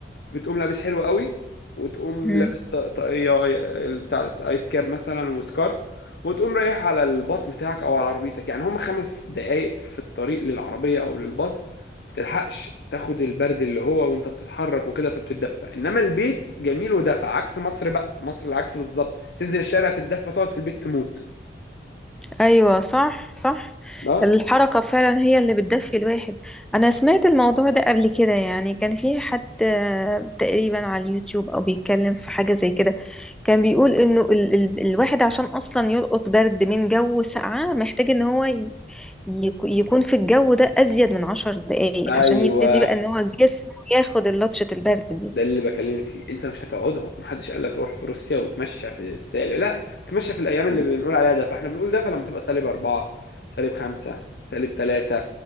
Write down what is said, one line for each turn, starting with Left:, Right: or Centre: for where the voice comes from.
Left: بتقوم لابس حلو قوي وتقوم
Centre: مم.
Left: لابس ط- طاقية ال- بتاع ايس كاب مثلا وسكارف وتقوم رايح على الباص بتاعك او على عربيتك يعني هم خمس دقايق في الطريق للعربية او للباص ما بتلحقش تاخد البرد اللي هو وانت بتتحرك وكده فبتتدفى انما البيت جميل ودفى عكس مصر بقى مصر العكس بالظبط تنزل الشارع تتدفى تقعد في البيت تموت
Centre: ايوه صح صح
Left: اه
Centre: الحركه فعلا هي اللي بتدفي الواحد انا سمعت الموضوع ده قبل كده يعني كان في حد آه، تقريبا على اليوتيوب او بيتكلم في حاجه زي كده كان بيقول انه ال ال الواحد عشان اصلا يلقط برد من جو ساقعه محتاج ان هو ي- يك- يكون في الجو ده ازيد من عشر دقايق
Left: ايوه
Centre: عشان يبتدي بقى ان هو جسمه ياخد اللطشه البرد دي
Left: ده اللي بكلمك فيه انت مش هتقعدهم محدش قال لك روح في روسيا وتمشى في السالب لا تمشى في الايام اللي
Centre: مم.
Left: بنقول عليها ده فاحنا بنقول ده فلما تبقى سالب أربعة سالب خمسة سالب تلاتة